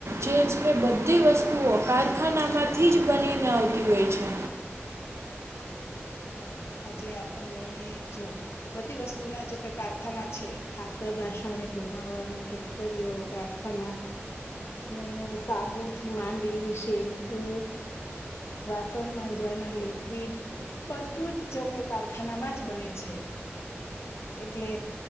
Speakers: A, on the right; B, on the left.
A: જે છે બધી વસ્તુઓ કારખાનામાંથી જ બનીને આવતી હોય છે
B: હા હા આજે આપણને જો બધી વસ્તુ ના જો કે કારખાના છે ખાતર રાસાયણિક બનાવાની ફેક્ટરીઓ કારખાના અને સાબુથી માંડી શેમ્પુ વાસણ માંજવાના લિક્વિડ બધું જ જો કે કારખાનામાં જ બને છે એટલે